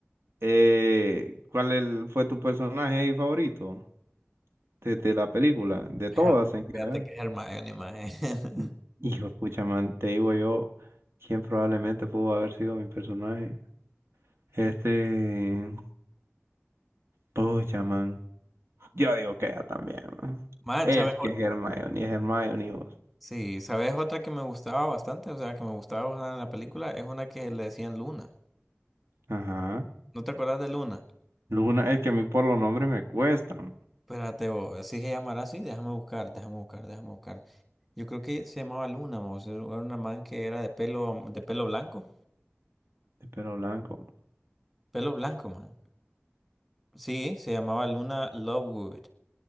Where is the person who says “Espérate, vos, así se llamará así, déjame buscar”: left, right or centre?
Centre